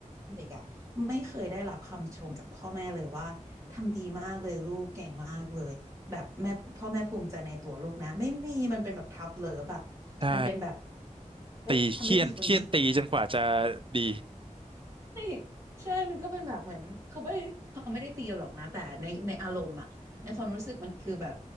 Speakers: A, on the right; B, on the right.
A: เด็กอ่ะไม่เคยได้รับคำชมจากพ่อแม่เลยว่าทำดีมากเลยลูกเก่งมากเลยแบบแม่พ่อแม่ภูมิใจในตัวลูกนะไม่มีมันเป็นแบบทัฟเลิฟอ่ะ
B: ใช่
A: มันเป็นแบบเฮ้ยทำได้ดีกว่านี้
B: ตีเคี่ยนเคี่ยนตีจนกว่าจะดี
A: ใช่ใช่ มันก็เป็นแบบเหมือนเขาไม่ได้เขาไม่ได้ตีเราหรอกนะแต่ในในอารมณ์อะในความรู้สึกมันคือแบบ